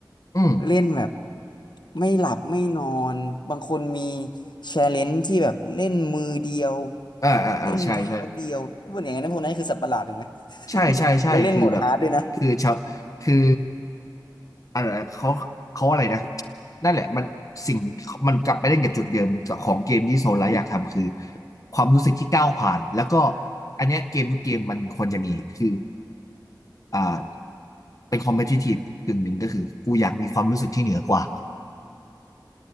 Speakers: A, on the left; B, on the left.
A: อืม
B: เล่นแบบไม่หลับไม่นอนบางคนมีแชร์เลนจ์ที่แบบเล่นมือเดียว
A: อ่าอ่าอ่าใช่ใช่
B: เล่นเท้าเดียวพวกอย่างนั้นพวกนั้นคือสัตว์ประหลาดถูกไหม
A: ใช่ใช่ใช่คือแบบคือชาวคือ
B: <laughs> แล้วเล่นโหมดฮาร์ดด้วยนะ
A: อะไรเขาเขาอะไรนะนั่นแหละมันสิ่งมันกลับไปเล่นกับจุดเดิมของเกมที่โซลไลท์อยากทำคือความรู้สึกที่ก้าวผ่านแล้วก็อันเนี้ยเกมทุกเกมมันควรจะมีคืออ่า เป็น competitive กึ่งหนึ่งก็คือกูอยากมีความรู้สึกที่เหนือกว่า